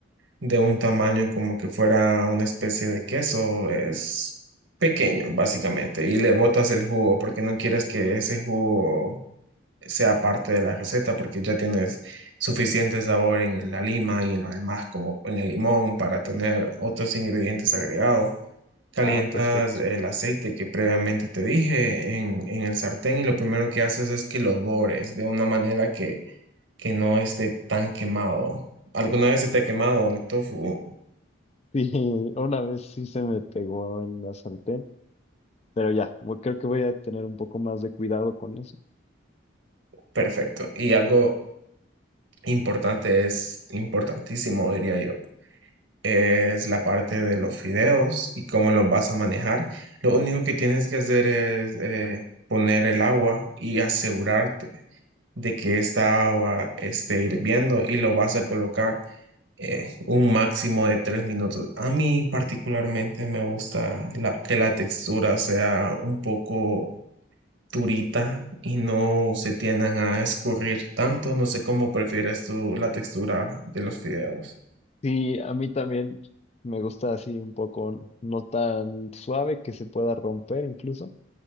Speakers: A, on the right (about 75°); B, on the left (about 35°).
A: de un tamaño como que fuera una especie de queso. Es pequeño, básicamente, y le botas el jugo porque no quieres que ese jugo sea parte de la receta porque ya tienes suficiente sabor en la lima y en lo demás como en el limón para tener otros ingredientes agregados. Calientas
B: Ah, perfecto.
A: el aceite que previamente te dije en, en el sartén y lo primero que haces es que lo dores de una manera que, que no esté tan quemado. ¿Alguna vez se te ha quemado el tofu?
B: Sí, <laughs> una vez sí se me pegó en la sartén, pero ya, bueno, creo que voy a tener un poco más de cuidado con eso.
A: Perfecto. Y algo importante es importantísimo, diría yo es la parte de los fideos y cómo los vas a manejar. Lo único que tienes que hacer es eh, poner el agua y asegurarte de que esta agua esté hirviendo y lo vas a colocar eh, un máximo de tres minutos. A mí particularmente me gusta la- que la textura sea un poco durita y no se tiendan a escurrir tanto. No sé cómo prefieres tú la textura de los fideos.
B: Sí, a mí también me gusta así un poco, no tan suave que se pueda romper incluso.